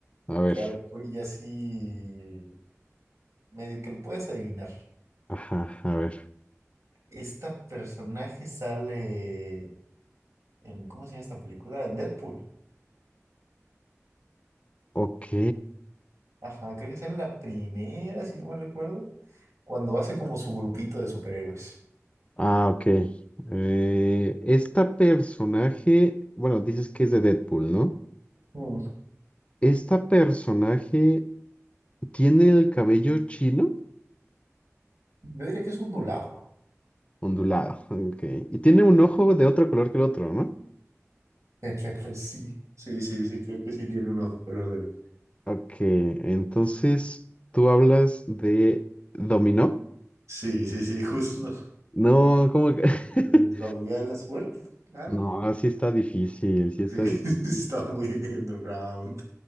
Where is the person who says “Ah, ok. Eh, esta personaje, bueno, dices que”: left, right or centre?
Left